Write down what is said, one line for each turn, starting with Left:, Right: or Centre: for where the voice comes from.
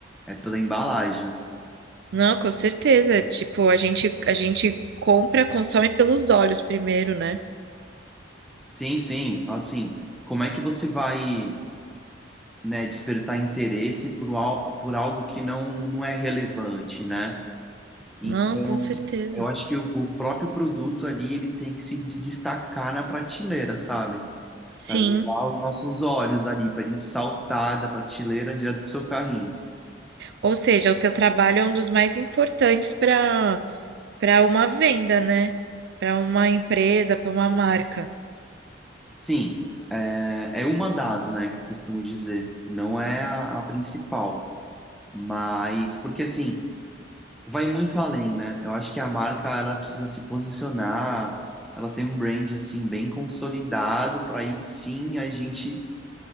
Centre: é pela embalagem.
Right: Não, com certeza. Tipo, a gente, a gente compra, consome pelos olhos primeiro, né?
Centre: Sim, sim. Assim, como é que você vai, né, despertar interesse por, al- por algo que não, não é relevante, né? Então,
Right: Não, com certeza.
Centre: eu acho que o, o próprio produto ali, ele tem que se de- destacar na prateleira, sabe? Para
Right: Sim.
Centre: levar os nossos olhos ali, para ele saltar da prateleira direto pro seu carrinho.
Right: Ou seja, o seu trabalho é um dos mais importantes para para uma venda, né? Para uma empresa, para uma marca.
Centre: Sim, é, é uma das, né, que eu costumo dizer. Não é a a principal. Mas, porque assim. vai muito além, né? Eu acho que a marca ela precisa se posicionar, ela tem um brand assim bem consolidado para aí sim a gente,